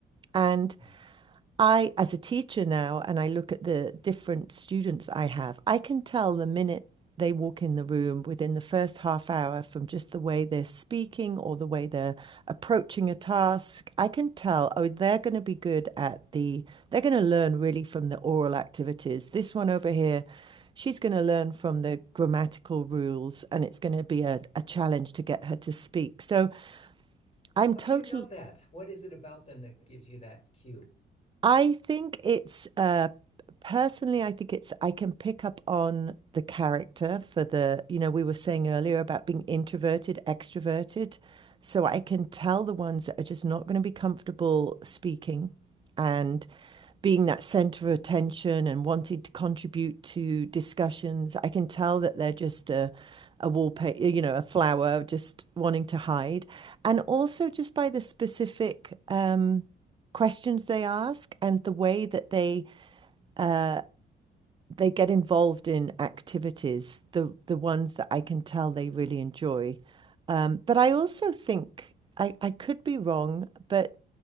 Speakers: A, on the right (about 25°); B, on the left (about 30°).
A: And
B: Yeah.
A: I, as a teacher now, and I look at the different students I have, I can tell the minute they walk in the room within the first half hour from just the way they're speaking or the way they're approaching a task. I can tell, oh, they're going to be good at the, they're going to learn really from the oral activities. This one over here, she's going to learn from the grammatical rules, and it's going to be a, a challenge to get her to speak. So I'm
B: How
A: totally
B: do you know that? What is it about them that gives you that cue?
A: I think it's uh personally I think it's I can pick up on the character for the you know we were saying earlier about being introverted, extroverted. So I can tell the ones that are just not going to be comfortable speaking and being that center of attention and wanting to contribute to discussions. I can tell that they're just a a wallpaper, you know, a flower, just wanting to hide, and also just by the specific um, questions they ask and the way that they uh, they get involved in activities, the the ones that I can tell they really enjoy. Um, but I also think I, I could be wrong, but